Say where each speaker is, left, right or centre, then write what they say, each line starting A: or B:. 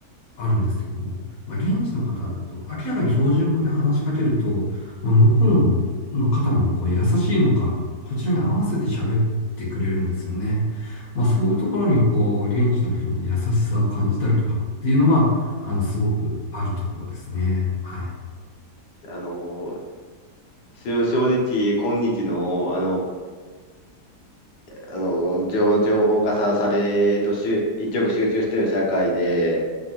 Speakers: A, on the left; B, on the left.
A: あるんですけども、まあ、現地の方と明らかに標準語で話しかけると、まあ、向こうの方もこう優しいのか、こちらに合わせて喋ってくれるんですよね。まあ、そういうところにこう、現地の人の優しさを感じたりとかっていうのは、あの、すごくあるところですね。はい。
B: あの、し正直、今日の、あの、あの、情、情報化さ、され、えっと、集一極集中している社会で、